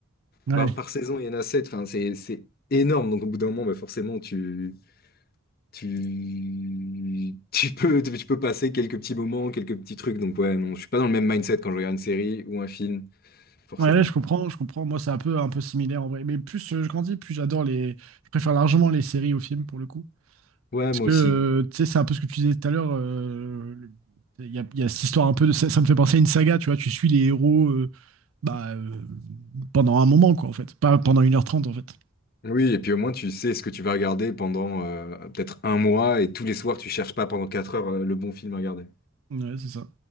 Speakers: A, on the right (about 85°); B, on the left (about 45°).
A: Ouais.
B: Par, par saison, il y en a 7. enfin, c'est c'est énorme, donc au bout d'un moment, bah, forcément, tu tu, tu peux, tu peux passer quelques petits moments, quelques petits trucs. Donc ouais, non, je suis pas dans le même mindset quand je regarde une série ou un film, forcément.
A: Ouais, je comprends, je comprends. Moi, c'est un peu, un peu similaire en vrai. Mais plus euh, je grandis, plus j'adore les. Je préfère largement les séries aux films pour le coup.
B: Ouais,
A: Parce
B: moi
A: que,
B: aussi.
A: euh, tu sais, c'est un peu ce que tu disais tout à l'heure. euh, Il y a, il y a cette histoire un peu de. Ça, ça me fait penser à une saga, tu vois. Tu suis les héros euh, bah, euh, pendant un moment, quoi, en fait. Pas pendant une heure trente en fait.
B: Oui, et puis au moins tu sais ce que tu vas regarder pendant euh, peut-être un mois et tous les soirs tu cherches pas pendant quatre heures euh, le bon film à regarder.
A: Ouais, c'est ça.